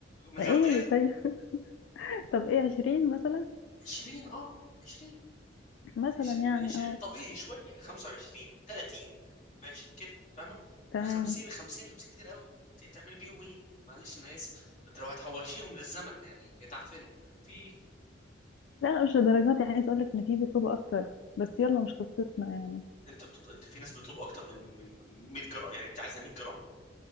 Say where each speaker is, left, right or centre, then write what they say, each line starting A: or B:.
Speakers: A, on the left; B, on the left.
A: ملياردير
B: ايه طيب <laughs> طب ايه عشرين مثلا
A: 20 اه 20
B: مثلا
A: 20
B: يعني
A: 20
B: اه
A: طبيعي شويه 25 30 ماشي كده فاهمه
B: تمام
A: 50 50 50 كتير قوي انت هتعملي بيهم ايه معلش انا اسف انت لو هتحوشيهم للزمن يعني يتعفنوا في ايه
B: لا لا مش لدرجات يعني عايز اقولك ان في بيطلبوا اكتر بس يلا مش قصتنا يعني
A: انت بتط... انت في ناس بيطلبوا اكتر من من من 100 جرام يعني انت عايزه 100 جرام